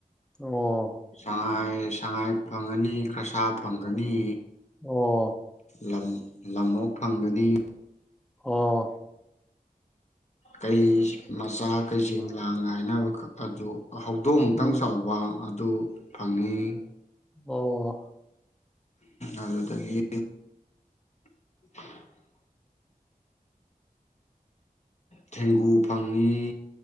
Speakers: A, in the centre; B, on the left.
A: ꯑꯣ
B: ꯁꯉꯥꯏ ꯁꯉꯥꯏ ꯐꯪꯒꯅꯤ ꯈ꯭ꯔꯁꯥ ꯐꯪꯒꯅꯤ
A: ꯑꯣ
B: ꯂ ꯂꯝꯍꯣꯛ ꯐꯪꯕꯗꯤ
A: ꯑꯣꯥ
B: ꯀꯩ ꯃꯆꯥ ꯀꯩꯁꯤꯡ ꯂꯥꯡ ꯉꯥꯏꯅꯕꯈꯛ ꯑꯗꯨ ꯍꯧꯗꯣꯡ ꯑꯃꯨꯛꯇꯪ
A: ꯎꯝ
B: ꯆꯥꯎꯕ ꯑꯗꯨ ꯐꯪꯉꯤ
A: ꯑꯣ
B: ꯑꯗꯨ ꯇꯗꯒꯤ <unintelligible> ꯊꯦꯡꯒꯨ ꯐꯪꯉꯤ